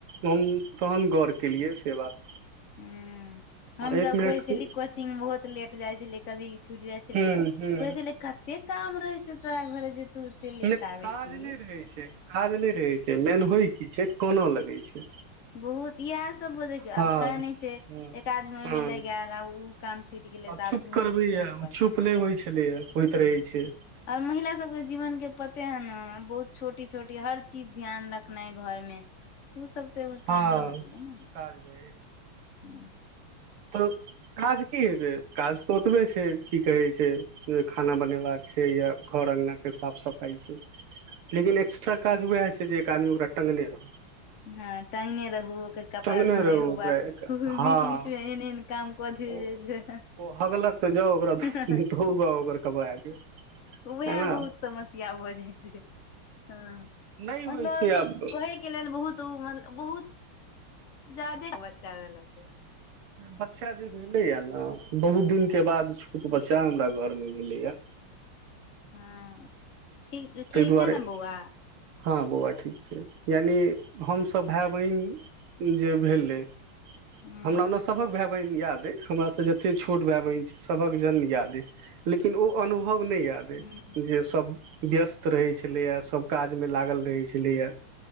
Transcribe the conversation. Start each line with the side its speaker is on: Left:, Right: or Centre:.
Right: हम तहन गौर केलियै से बात
Left: हूँ हम
Right: एक
Left: जब
Right: मिनट
Left: कहै छली
Right: के
Left: कोचिंग बहुत लेट जाइ छलै कभी छुट जाइ छलै
Right: हूं हूं
Left: कहै छलै कतेक काम रहै छो तोरा घरे जे तू एते लेट
Right: नहि
Left: आबै
Right: काज
Left: छी
Right: नहि रहै छै। काज नहि रहै छै। मेन होइ की छै। कनए लगै छै।
Left: बहुत इएह सब भ देखियौ
Right: हँ
Left: आब कनए
Right: हँ
Left: छै। एक आदमी ओहिमे
Right: हँ
Left: लागि गैल आ ऊ काम छुटि गेलै तऽ
Right: चुप
Left: आब तू नहि
Right: करबैया
Left: तऽ तूही
Right: ओ
Left: कर
Right: चुप नहि होइ छलैया होइत
Left: हँ
Right: रहै छै
Left: आओर महिला सबके जीवनके पथ ते न बहुत छोटी छोटी हर चीज ध्यान रखनाइ घरमे ओ सब त कामे
Right: हँ
Left: भ' गेलइन
Right: काज भय
Left: हँ
Right: तऽ काज की हेतै काज तऽ ओतबे छै। की कहै छै। खाना बनेबाका से यैह घर अंगनाक साफ सफाइ छै। लेकिन एक्स्ट्रा काज वैह छै। जे एक आदमी ओकरा टांगने रहय
Left: हँ टंगने रहु ओकर कपड़ा
Right: टंगने
Left: धोने
Right: रहू
Left: हु
Right: ओकरा एक हँ
Left: बीच बीच मे एहन एहन काम कथ जइ
Right: ओ
Left: छै।
Right: ओ हगलक तऽ जाउ ओकरा धोउ
Left: हहहह
Right: ओकर कपड़ा के
Left: वैह
Right: है ने
Left: बहुत समस्या भऽ जाइ छै। हँ
Right: नहि
Left: मतलब
Right: होइ छै आब
Left: कहै के लेल बहुत ओ मतलब बहुत जादेक बच्चा रहल से
Right: बच्चा जे भेले ने बहुत
Left: हँ
Right: दिन के बाद छोट बच सैह हमरा घरमे भेलैए
Left: हँ ठीक ठीक
Right: दुआरे
Left: छै। ने बौआ
Right: हँ बौआ ठीक छै। यानि हमसभ भाय बहिन जे भेलय
Left: हूँ
Right: हमरा ओना सभहक भाय बहिन याद हमरासँ जते छोट भाय बहिन छै। सभक जन्म याद यै लेकिन ओ अनुभव ओ नहि याद यै
Left: हूँ
Right: जे सभ व्यस्त रहै छलैए सभ काजमे लागल रहै छलैए